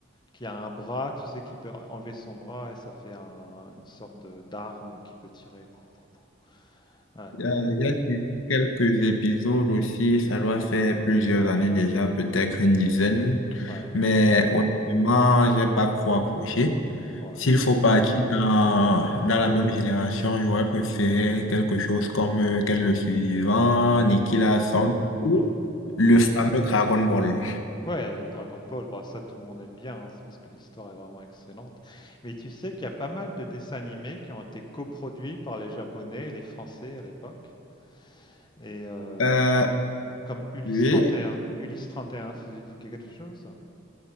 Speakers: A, on the left; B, on the left.
A: qui a un bras, tu sais, qui peut enlever son bras et ça fait un- une sorte de d'arme qui peut tirer. Pou, pou, pou. Ouais,
B: Euh, J'ai suivi quelques épisodes aussi, ça doit faire plusieurs années déjà, peut-être une dizaine,
A: ouais,
B: mais honnêtement, j'ai pas trop accroché.
A: ouais,
B: S'il faut partir dans, dans la même génération, j'aurais préféré quelque chose comme euh, Ken le Suivant,
A: ouais,
B: Nicky
A: ouais.
B: Larson, ou
A: Mhm.
B: le fameux Dragon Ball.
A: Ouais, le Dragon Ball, bah, ça tout le monde aime bien, hein, c'est parce que l'histoire est vraiment excellente. Mais tu sais qu'il y a pas mal de dessins animés qui ont été coproduits par les Japonais et les Français à l'époque. Et, euh,
B: Euh,
A: Comme Ulysse
B: oui,
A: trente et un, Ulysse trente et un, ça vous dit quelque chose?